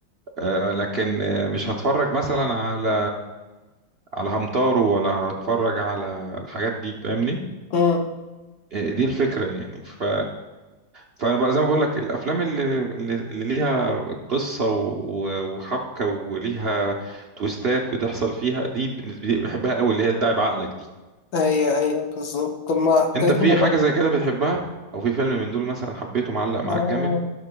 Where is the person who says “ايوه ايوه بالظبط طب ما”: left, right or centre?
Left